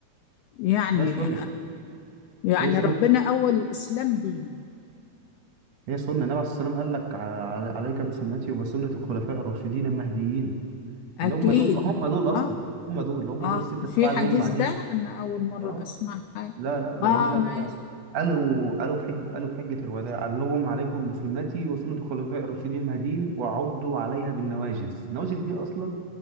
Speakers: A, on the left (about 85°); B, on the right (about 65°).
A: يعني
B: هي سنة
A: يعني
B: هي سنة
A: ربنا أول الإسلام بيهم
B: هي سنة النبي عليه السلام قال لك ع- عليك بسنتي وبسنة الخلفاء الراشدين المهديين
A: أكيد
B: اللي هم دول هم دول
A: آه
B: اصلا هم دول هم
A: آه
B: دول الستة
A: في
B: السبعة اللي
A: حديث
B: هيجوا بعدين
A: ده أنا أول مرة
B: اه
A: أسمع حاجة
B: لا لا ده
A: آه
B: جميل قال-
A: ماشي
B: ده قالوا قالوا في حج قالوا في حجة الوداع قال لهم عليكم بسنتي وسنة الخلفاء الراشدين المهديين وعضوا عليها بالنواجذ النواجذ دي أصلا